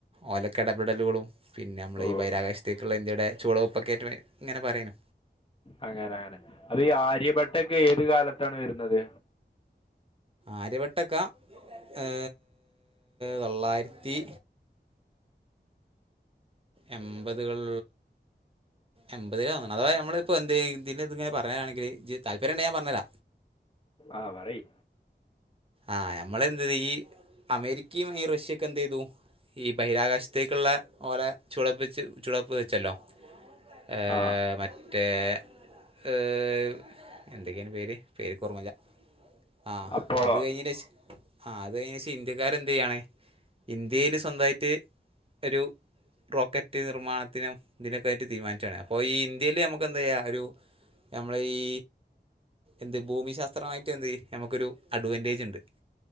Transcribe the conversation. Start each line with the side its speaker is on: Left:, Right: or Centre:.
Right: ഓലക്ക ഇടപെടലുകളും പിന്നെ അമ്മളെ
Left: ഓ
Right: ഈ ബഹിരാകാശത്തേക്ക് ള്ളെ ഇന്ത്യയടെ ചുവടെപ്പൊക്കെ ആയിറ്റ് ഇങ്ങനെ പറയാനു
Left: അങ്ങനങ്ങനെ അതെ ഈ ആര്യഭട്ടക്കെ ഏത് കാലത്താണ് വരുന്നത്
Right: ആര്യബട്ടെക്ക ഏ തൊള്ളായിരത്തി എമ്പപതുകൾ എമ്പത് ലാതോന്നണ് അതവാ ഞമ്മള്പ്പോ എന്ത് ഇതിന് ഇത് ഇങ്ങനെ പറയാനാണെങ്കിൽ താല്പര്യണേ ഞാൻ പറഞ്ഞര
Left: ആ പറയ്
Right: ആഹ് നമ്മളെന്ത് ഈ അമേരിക്കയും ഈ റഷ്യയൊക്കെ എന്ത് ചെയ്തു ഈ ബഹിരാകാശത്തേക്ക്ള്ളെ ഓല ചുളപ്പിച്ച് ചുളപ്പ് വെച്ചല്ലോ ഏ
Left: ആ
Right: മറ്റ് മറ്റേ ഏ എന്തൊക്കെന് പേര് പേര് ക് ഓർമല്ല ആ
Left: അപ്പോളോ
Right: അത് കഴിഞ്ഞേന്റേഷം ആഹ് അത് കഴിഞ്ഞേന്റേഷംഇന്ത്യക്കാരെ എന്തയ്യാണ് ഇന്ത്യയില് സ്വന്തയിറ്റ് ഒരു റോക്കറ്റ് നിർമ്മാണത്തിനും തിനൊക്കെ ആയിട്ട് തീരുമാനിച്ചതാണ് അപ്പൊ ഈ ഇന്ത്യയിയില് അമ്മക്ക് എന്ത്ചെയ്യ ഒരു ഞമ്മള ഈ എന്ത് ഭൂമി ശാസ്ത്രമായിട്ട് എന്ത് നമുക്കൊരു അഡ്വാൻറ്റേജ് ഉണ്ട്